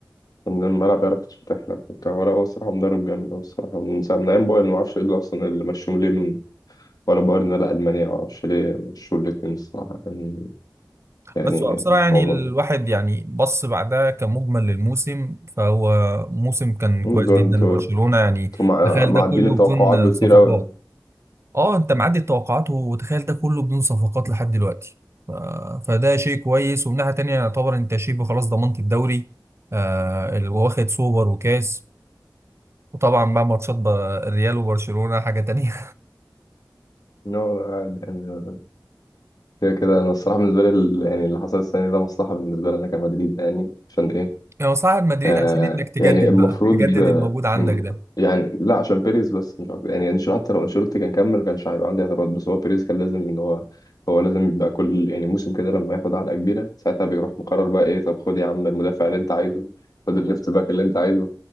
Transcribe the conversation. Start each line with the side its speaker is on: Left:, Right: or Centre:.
Left: من الملعب بيعرف يتفتح لك وبتاع ولا هو الصراحة مدرب جامد أوي الصراحة من ساعة من أيام بايرن معرفش إيه اللي أصلا اللي مشوهم ليه من ولا بايرن ولا ألمانيا معرفش ليه مشوا الاتنين الصراحة كان يعني
Right: بس هو بصراحة يعني
Left: هو
Right: الواحد يعني بص بعدها كمجمل للموسم فهو موسم كان كويس
Left: ده
Right: جدا
Left: انتوا
Right: لبرشلونة يعني
Left: انتوا مع-
Right: تخيل
Left: معدين
Right: ده كله
Left: التوقعات
Right: بدون
Left: بكتير
Right: صفقات
Left: أوي يعني
Right: اه انت معدي التوقعات وتخيل ده كله بدون صفقات لحد دلوقتي ف- فده شيء كويس ومن ناحية تانية يعتبر انت شبه خلاص ضمنت الدوري آه اللي واخد سوبر وكاس وطبعا بقى ماتشات ب- الريال وبرشلونة حاجة تانية
Left: لا لا عادي يعني كده كده أنا الصراحة بالنسبة لي ال- يعني اللي حصل السنة دي ده مصلحة بالنسبة لي أنا كمدريد يعني عشان إيه
Right: <laughs> يعني صاحب مدريد
Left: آه
Right: عشان انك تجدد
Left: يعني المفروض
Right: بقى تجدد
Left: آه،
Right: الموجود عندك
Left: يعني لا عشان بيريز بس مش عارف يعني انشيلوتي حتى لو انشيلوتي كان كمل ما كانش هيبقى عندي اعتراض بس هو بيريز كان لازم ان هو هو لازم يبقى كل يعني موسم كده لما ياخد علقه كبيره ساعتها بيروح مقرر بقى ايه طب خد يا عم المدافع اللي انت عايزه خد الليفت باك اللي انت عايزه